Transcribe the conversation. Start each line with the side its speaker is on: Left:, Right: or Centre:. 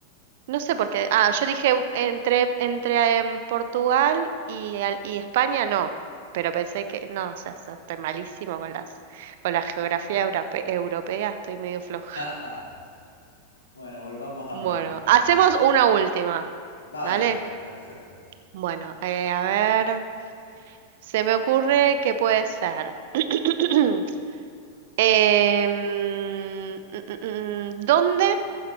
Right: No sé por qué. Ah, yo dije u- entre, entre em, Portugal y, al- y España, no. Pero pensé que, no, o sea, so- estoy malísimo con las, con la geografía europe- europea, estoy medio floja.
Left: <laughs> bueno, volvamos a
Right: Bueno,
Left: América
Right: hacemos
Left: entonces.
Right: una última,
Left: Vale,
Right: ¿dale?
Left: vale, perfecto.
Right: Bueno, eh, a ver, se me ocurre que puede ser. <clears throat> Em, mm, mm, mm, mm, ¿dónde